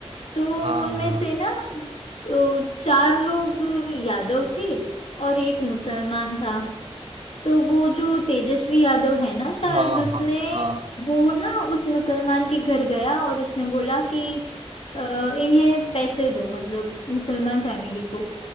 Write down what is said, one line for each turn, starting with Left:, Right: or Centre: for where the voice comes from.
Left: तो
Right: हाँ
Left: उनमें से ना अ, चार लोग यादव थे और एक मुसलमान था तो वो जो तेजस्वी यादव है ना शायद
Right: हाँ
Left: उसने
Right: हाँ हाँ
Left: वो ना उस मुसलमान के घर गया और उसने बोला कि अ, इन्हें पैसे दो मतलब मुसलमान फैमिली को